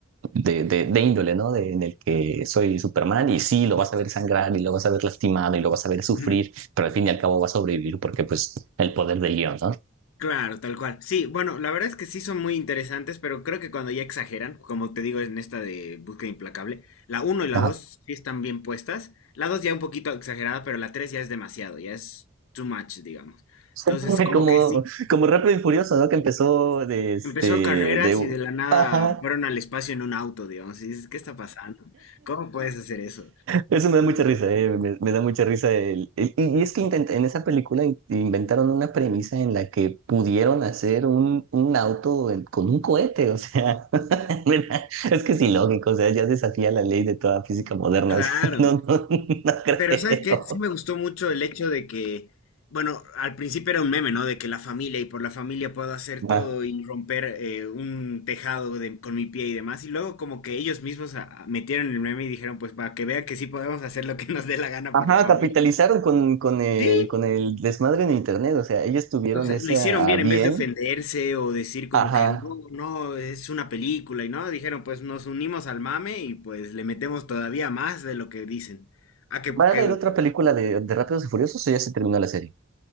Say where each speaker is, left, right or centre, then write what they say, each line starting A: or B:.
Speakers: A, on the right; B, on the left.
A: de, de- de índole, ¿no? De- en el que soy Superman y sí, lo vas a ver sangrar y lo vas a ver lastimado y lo vas a ver sufrir,
B: Ujú.
A: pero al fin y al cabo va a sobrevivir porque pues el poder del guión, ¿no?
B: Claro, tal cual. Sí, bueno, la verdad es que sí son muy interesantes, pero creo que cuando ya exageran, como te digo en esta de Búsqueda Implacable, la uno y la
A: Ajá.
B: 2 sí están bien puestas. La 2 ya un poquito exagerada, pero la 3 ya es demasiado, ya es too much, digamos.
A: <laughs>
B: Entonces, como
A: Como,
B: que sí,
A: como Rápido y Furioso, ¿no? Que empezó de este,
B: empezó carreras
A: de...
B: y de la nada
A: Ajá.
B: fueron al espacio en un auto, digamos, y dices, ¿qué está pasando? ¿Cómo puedes hacer eso?
A: Eso me da mucha risa, eh, me, me da mucha risa. el- el- y, y es que intenta en esa película in- inventaron una premisa en la que pudieron hacer un, un auto en- con un cohete, o sea, <laughs> mira, es que es ilógico, o sea, ya desafía la ley de toda física moderna,
B: Claro.
A: o sea, <laughs> no, no, no creo.
B: Pero ¿sabes qué? Sí me gustó mucho el hecho de que, bueno, al principio era un meme, ¿no? De que la familia y por la familia puedo hacer
A: Ma-
B: todo y romper eh, un tejado de- con mi pie y demás. Y luego como que ellos mismos a- a- metieron el meme y dijeron, pues para que vea que sí podemos hacer lo que nos dé la gana
A: Ajá,
B: por la familia.
A: capitalizaron con, con el,
B: Sí,
A: con el desmadre en internet, o sea, ellos tuvieron
B: o sea,
A: ese
B: lo No hicieron
A: a
B: bien
A: bien.
B: en vez de ofenderse o decir como
A: Ajá.
B: que no, no, es una película y no, dijeron, pues nos unimos al mame y pues le metemos todavía más de lo que dicen. Ah, que,
A: ¿Va
B: que
A: a haber otra película de, de Rápidos y Furiosos o ya se terminó la serie?